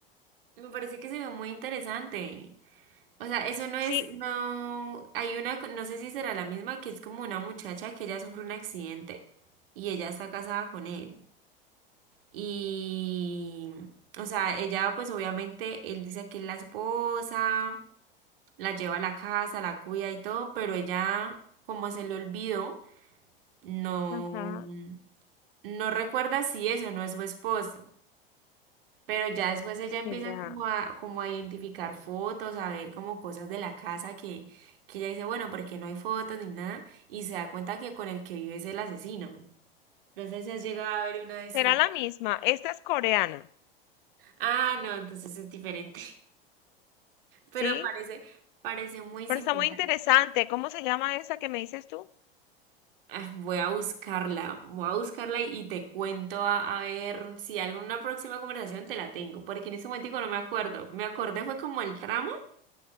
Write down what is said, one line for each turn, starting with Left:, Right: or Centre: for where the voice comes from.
Right: me parece que se ve muy interesante. O sea, eso no es,
Left: Sí,
Right: no, hay una, co- no sé si será la misma, que es como una muchacha que ella sufre un accidente y ella está casada con él. Y, o sea, ella pues obviamente, él dice que es la esposa, la lleva a la casa, la cuida y todo, pero ella, como se le olvidó, no,
Left: ajá,
Right: no recuerda si eso no es su esposo. Pero ya después ella empieza
Left: será.
Right: como a, como a identificar fotos, a ver como cosas de la casa que, que ella dice, bueno, porque no hay fotos ni nada, y se da cuenta que con el que vive es el asesino. No sé si has llegado a ver una de sí.
Left: Será la misma. Esta es coreana,
Right: Ah, no, entonces es diferente. pero
Left: ¿sí?
Right: parece, parece muy similar.
Left: Pero está muy interesante. ¿Cómo se llama esa que me dices tú?
Right: Ah, Voy a buscarla, voy a buscarla y, y te cuento a, a ver si alguna próxima conversación te la tengo, porque en ese momento no me acuerdo. Me acordé fue como el tramo,